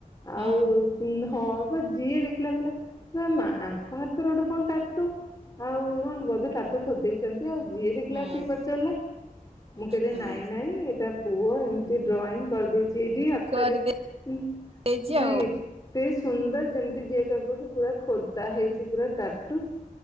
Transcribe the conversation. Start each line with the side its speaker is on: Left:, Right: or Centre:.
Right: ହଁ
Left: ଆଉ ଉଁ ହଁ। ବା ଯିଏ ଦେଖିଲା କହିଲା ଇଲୋ ମା ଆଙ୍କ ହାତରେ କଣ ଗୋଟେ ଟାଟୁ। ଆଉ <unintelligible> ଏବେ ଟାଟୁ ଖୋଦେଇଚ କି ଆଉ ଯିଏ ଦେଖିଲା
Right: ହଁ
Left: ସିଏ ପଚାରିଲା ମୁଁ କହିଲି
Right: ହଁ।
Left: ନାଇଁ ନାଇଁ ଏଟା ପୁଅ ଏମ ମିତି ଡ୍ରଇଂ କରିଦେଇଚି ଏଇଠି ହାତରେ
Right: କରିଦେ
Left: ହୁ
Right: ଦେଇଚି ଆଉ।
Left: ନାଇଁ ଏ ଏତେ ସୁନ୍ଦର ଯେମିତି ଯିଏ କହିବ କି ପୁରା ଖୋଦା ହେଇଚି ପୁରା ଟାଟୁ।